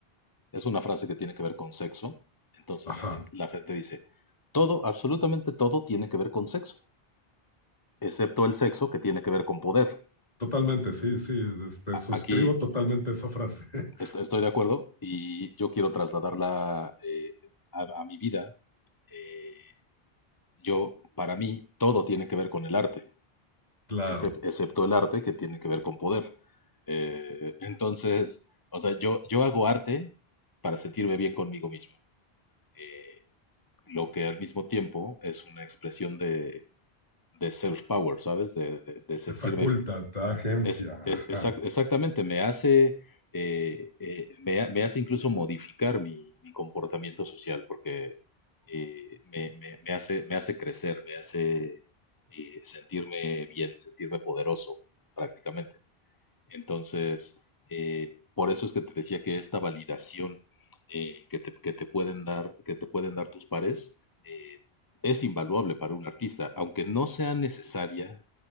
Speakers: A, on the left (about 25°); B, on the left (about 40°).
A: es una frase que tiene que ver con sexo, entonces
B: Ajá,
A: la gente, la gente dice, todo, absolutamente todo tiene que ver con sexo, excepto el sexo que tiene que ver con poder.
B: totalmente, sí, sí, este,
A: A-
B: suscribo
A: Aquí
B: totalmente esa frase, <laughs>
A: Est- Estoy de acuerdo y yo quiero trasladarla eh, a, a mi vida. Eh, yo, para mí, todo tiene que ver con el arte,
B: claro,
A: excep- excepto el arte que tiene que ver con poder. Eh, entonces, o sea, yo, yo hago arte para sentirme bien conmigo mismo, eh, lo que al mismo tiempo es una expresión de, de self-power, ¿sabes? De, de- de sentirme
B: te faculta, te da agencia,
A: Es, es-
B: ajá.
A: exact- exactamente, me hace, eh, eh, me, ha- me hace incluso modificar mi, mi comportamiento social porque eh, me, me- me hace, me hace crecer, me hace eh, sentirme bien, sentirme poderoso prácticamente. Entonces, eh, por eso es que te decía que esta validación eh, que te, que te pueden dar, que te pueden dar tus pares eh, es invaluable para un artista, aunque no sea necesaria